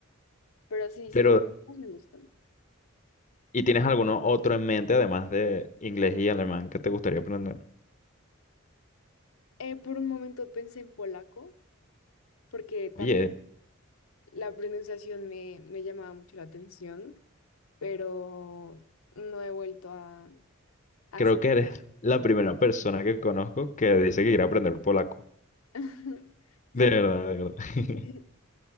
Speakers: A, on the left; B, on the left.
A: Pero sí, sí,
B: pero
A: los dos me gustan.
B: ¿y tienes alguno otro en mente además de inglés y alemán que te gustaría aprender?
A: Eh, por un momento pensé en polaco, porque también
B: Oye,
A: la pronunciación me, me llamaba mucho la atención. pero no he vuelto a, a
B: creo
A: sentarme.
B: que eres la primera persona que conozco que dice que quiere aprender polaco.
A: <laughs> Sí.
B: De verdad, de verdad. <laughs>
A: <laughs>